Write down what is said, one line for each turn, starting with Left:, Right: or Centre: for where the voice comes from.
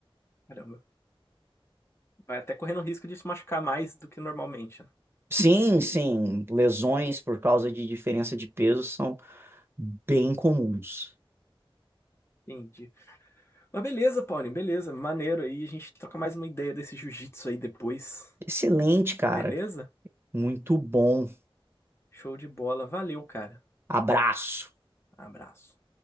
Left: Caramba. Vai até correndo risco de se machucar mais do que normalmente. né?
Right: Sim, sim, lesões por causa de diferença de peso são bem comuns.
Left: Entendi. Mas beleza, Paulinho, beleza. Maneiro aí. A gente troca mais uma ideia desse jiu-jitsu aí depois.
Right: Excelente, cara.
Left: Beleza?
Right: Muito bom.
Left: Show de bola. Valeu, cara.
Right: Abraço.
Left: Abraço.